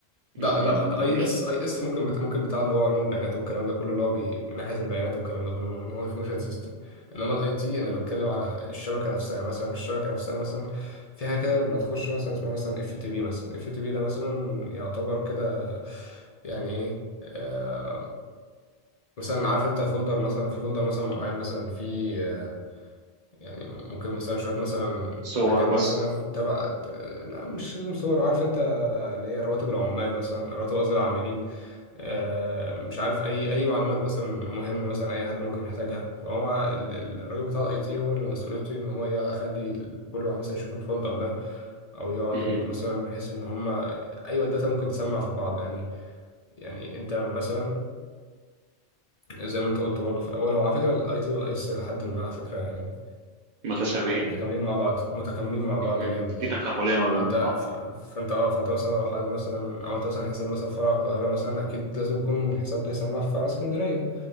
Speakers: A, on the left; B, on the right.
A: ده
B: مهم.
A: لا ده
B: جميل
A: اي اس اي اس ممكن بت... ممكن بتاع اللي هو علوم البيانات والكلام ده كله اللي هو بي... من ناحية البيانات والكلام ده كله ان هو انفورميشن سيستم انما الاي تي
B: مهم.
A: انا بتكلم على الشبكة نفسها مثلا الشبكة نفسها مثلا فيها كده لما تخش مثلا اسمها مثلا اف تي بي مثلا اف تي بي ده مثلا يعتبر كده يعني ايه آه مثلا عارف انت فولدر مثلا في فولدر مثلا معين مثلا في آه، يعني ممكن مثلا شوية مثلا
B: صور
A: حاجات مثلا
B: بس
A: تبع لا مش لازم صور عارف انت اللي هي رواتب العمال مثلا رواتب قصدي العاملين آه، مش عارف اي اي معلومات مثلا مهمة مثلا اي حد ممكن يحتاجها فهو ال- ال- الراجل بتاع الاي تي هو اللي مسؤوليته ان هو يخلي كل واحد مثلا يشوف الفولدر ده او يقعد
B: مهم.
A: يربط مثلا بحيث ان هما ايوه الداتا ممكن تسمع في بعض يعني يعني انت مثلا زي ما انت قلت برضو في الاول هو على فكره الاي تي والاي اس لحد ما على فكره يعني
B: متشابهين
A: متكاملين مع بعض متكاملين مع بعض
B: مهم.
A: جامد
B: في
A: يعني
B: تكاملية ما بينهم
A: فانت
B: آه،
A: ف- فانت اه فانت مثلا لو حابب مثلا عملت مثلا حساب مثلا فرع القاهره مثلا اكيد لازم يكون الحساب ده يسمى في فرع اسكندريه